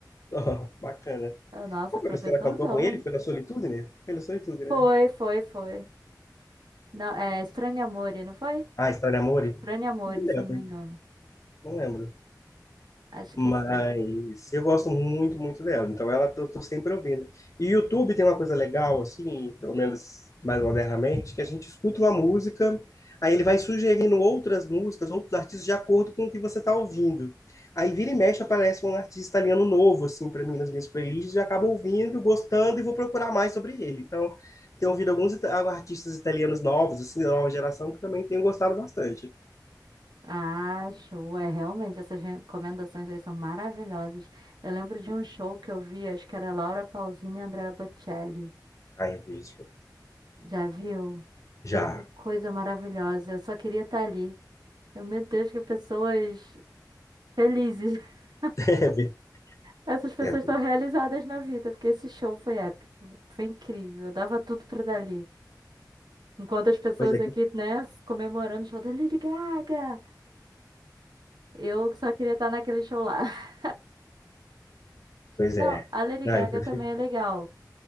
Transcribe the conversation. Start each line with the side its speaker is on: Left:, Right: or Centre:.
Left: <laughs> bacana.
Right: Eu, nossa,
Left: Qual foi
Right: professorzão,
Left: a música que ela cantou com ele?
Right: hein?
Left: Foi na Solitude, né? Foi na Solitude, né?
Right: Foi, foi, foi. Não, é Estranho Amore, não foi?
Left: Ah, História de Amor?
Right: Estranho Amore,
Left: Não lembro,
Right: se eu não me engano.
Left: não lembro.
Right: Acho
Left: Mas
Right: que foi.
Left: eu gosto muito, muito dela. Então ela eu tô sempre ouvindo. E o YouTube tem uma coisa legal, assim, pelo menos mais modernamente, que a gente escuta uma música, aí ele vai sugerindo outras músicas, outros artistas, de acordo com o que você está ouvindo. Aí vira e mexe, aparece um artista italiano novo, assim, para mim nas minhas playlists, e eu acabo ouvindo, gostando e vou procurar mais sobre ele. Então, tenho ouvido alguns ita- artistas italianos novos, assim, da nova geração, que também tenho gostado bastante.
Right: Ah, show. É realmente, essas recomendações aí são maravilhosas. Eu lembro de um show que eu vi, acho que era Laura Pausini e Andrea Bocelli.
Left: Aí eu vi isso.
Right: Já viu?
Left: Já.
Right: Gente, que coisa maravilhosa. Eu só queria estar ali. Eu, meu Deus, que pessoas felizes. <laughs>
Left: <laughs>
Right: Essas pessoas
Left: É,
Right: estão realizadas na vida, porque esse show foi épico. Foi incrível. Eu dava tudo pra estar ali. Enquanto as pessoas
Left: pois é.
Right: aqui, né, comemorando o show da Lady Gaga. Eu só queria estar naquele show lá. <laughs>
Left: Pois
Right: Não,
Left: é.
Right: a Lady
Left: Não,
Right: Gaga
Left: eu prefiro.
Right: também é legal.